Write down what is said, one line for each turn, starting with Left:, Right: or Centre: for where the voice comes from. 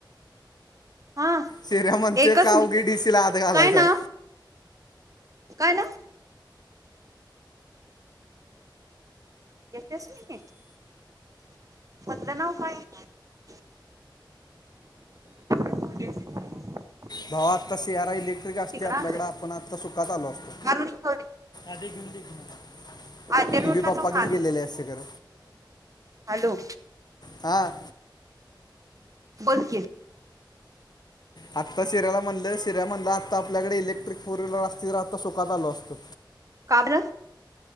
Right: हा
Left: शिऱ्या म्हणतय
Right: एकच
Left: का
Right: मि-
Left: उगी डीसी ला आत घालाचाय.
Right: काय ना काय ना <unintelligible> <inaudible>
Left: भावा आता सी आ रा इलेक्ट्रिक असतय
Right: तिकडं
Left: आपल्याकड
Right: असल
Left: आपण आत्ता सुकात आलो असतो.
Right: अरुणी इंगवले
Left: <unintelligible>
Right: आद्या
Left: कि
Right: रोडला
Left: बी बाप्पा
Right: जाऊन
Left: घेऊन
Right: आलो
Left: गेलेले असे कर
Right: हॅलो
Left: हां
Right: बोल की
Left: आत्ता शिऱ्याला म्हणलं शिऱ्या म्हणलं आता आपल्याकड इलेक्ट्रिक फोर व्हीलर असती तर आता सुखात आलो असतो.
Right: का बर